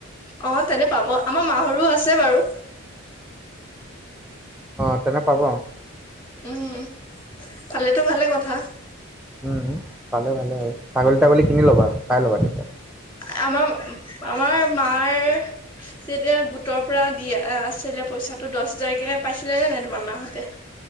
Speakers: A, on the left; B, in the centre.
A: অ', তেনে পাব আমাৰ মাহৰু আছে বাৰু।
B: অঁ', তেনে পাব।
A: উম, পালেতো ভালে কথা।
B: উম, পালে ভালে আৰু ছাগলী-তাগলী কিনি ল'বা চাই ল'বা তেতিয়া।
A: আমাৰ আমাৰ মাৰ যেতিয়া গোটৰ পৰা দিয়া আছিলে পইচাটো দহ হোজাৰকে পাইছিলে নে নাই তোমাৰ মাহ তে?